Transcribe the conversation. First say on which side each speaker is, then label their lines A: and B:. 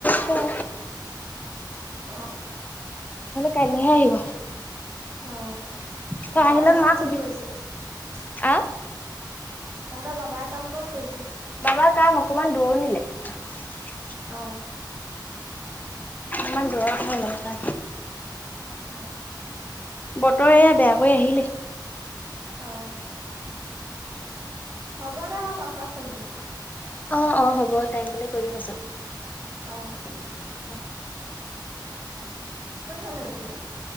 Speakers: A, on the left (about 20°); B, on the right (about 30°).
A: গৈছে।
B: অহ',
A: কাইলৈহে আহিব
B: অহ,
A: তই
B: বাবাই
A: আহিলে
B: কাম
A: মাক
B: ক'ত
A: শুবি
B: কৰিছে? তহঁতৰ
A: আহ
B: বাবাই কাম ক'ত কৰিছে?
A: বাবাৰ কাম অকমান দুৰত ণি
B: অহ।
A: ইমান দূৰত হ'ল একা।
B: অহ',
A: বতৰ এয়া বেয়াকৈ আহিলে।
B: অ। হ'ব দে মই পাছত ফোন কৰিম।
A: অ', অ', হ'ব, টাইম পালে কৰিবি পাছত।
B: অ', হ'ব কোনফালে <unintelligible>